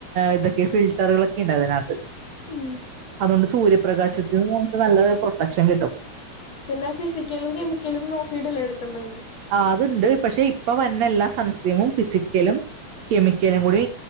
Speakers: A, on the right; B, on the left.
A: ഇതൊക്കെ ഫിൽട്ടറുകളൊക്കെ ഇണ്ട് അതിനകത്ത്
B: ഉം
A: അതുകൊണ്ട് സൂര്യപ്രകാശത്തിന്ന് നമുക്ക് നല്ല പ്രൊട്ടക്ഷൻ കിട്ടും
B: പിന്നെ ഫിസിക്കലും കെമിക്കലും നോക്കിയിട്ടല്ലേ എടുക്കേണ്ടത്
A: ആ അതുണ്ട് പക്ഷെ ഇപ്പൊ വന്ന എല്ലാ സൺസർക്രീമും ഫിസിക്കലും കെമിക്കലും കൂടി